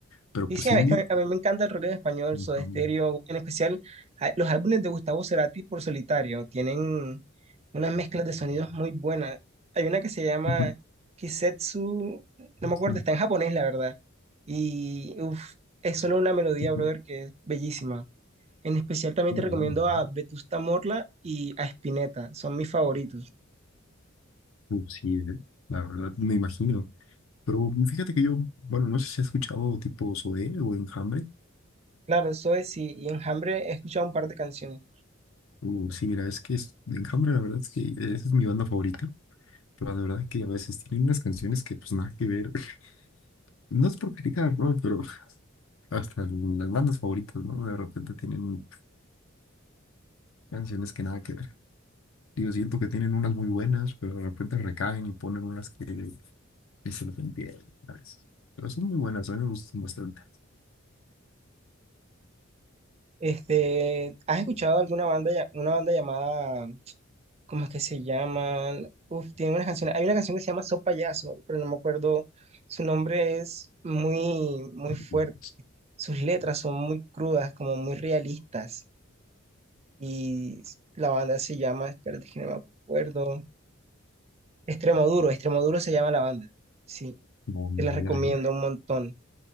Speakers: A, on the left; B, on the right.
A: Pero
B: Y
A: pues
B: sí, es
A: indie.
B: que a mí, a mí me encanta el rock en español,
A: ujú,
B: Soda Stereo, en especial a- los álbumes de Gustavo Cerati por solitario. Tienen unas mezclas de sonidos muy buenas. Hay una que se llama
A: ujú,
B: Kisetsu, no me acuerdo,
A: sí,
B: está en japonés, la verdad. Y uf, es solo una melodía,
A: ujú,
B: brother,
A: <laughs>
B: que es bellísima. En especial también
A: muy
B: te recomiendo
A: bueno,
B: a Vetusta Morla y a Spinetta, son mis favoritos.
A: ¿no? Pues sí, ¿eh? La verdad, me imagino. Pero fíjate que yo, bueno, no sé si has escuchado tipo Zoé o Enjambre.
B: Claro, eso es, y, y Enjambre he escuchado un par de canciones.
A: Uh, sí, mira, es que es- Enjambre, la verdad es que esa es mi banda favorita, pero la verdad que a veces tienen unas canciones que pues nada que ver. <laughs> No es por criticar, ¿no? Pero <laughs> hasta las bandas favoritas, ¿no? De repente tienen canciones que nada que ver. Digo, siento que tienen unas muy buenas, pero de repente recaen y ponen unas que, que se los entienden a veces. Pero son muy buenas, a mí me gustan bastante.
B: Este, ¿has escuchado alguna banda, ya- una banda llamada, ¿cómo es que se llaman? Uf, tiene unas canciones. Hay una canción que se llama So Payaso, pero no me acuerdo. Su nombre es muy, muy
A: <laughs>
B: fuerte. Sus letras son muy crudas, como muy realistas. Y la banda se llama, espérate que no me acuerdo. Extremo Duro, Extremo Duro se llama la banda. Sí,
A: No, ni
B: te la
A: idea,
B: recomiendo
A: ¿eh?
B: un montón.